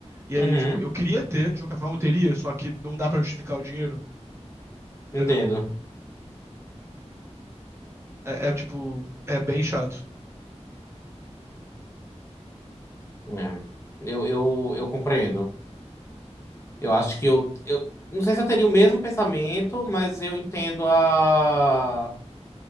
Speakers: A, on the right (about 20°); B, on the left (about 25°).
A: E
B: Uhum,
A: aí, tipo, eu queria ter, de qualquer forma eu teria, só que não dá pra justificar o dinheiro,
B: entendo.
A: entendeu? É, é, tipo, é bem chato.
B: É. Eu, eu, eu compreendo. Eu acho que eu, eu. Não sei se eu teria o mesmo pensamento, mas eu entendo a.